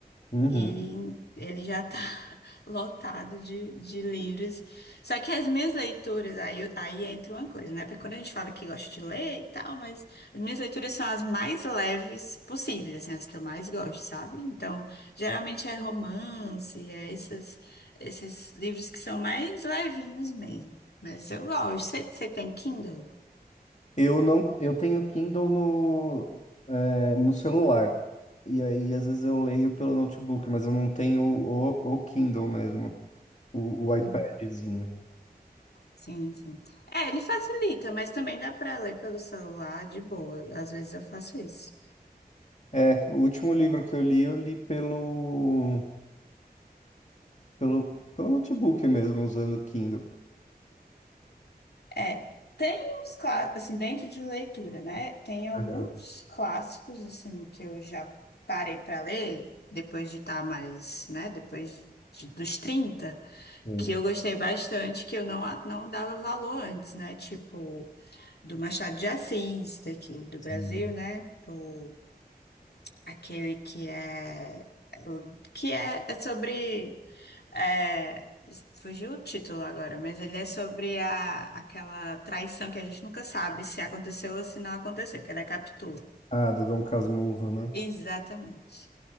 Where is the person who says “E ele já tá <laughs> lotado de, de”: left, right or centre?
Left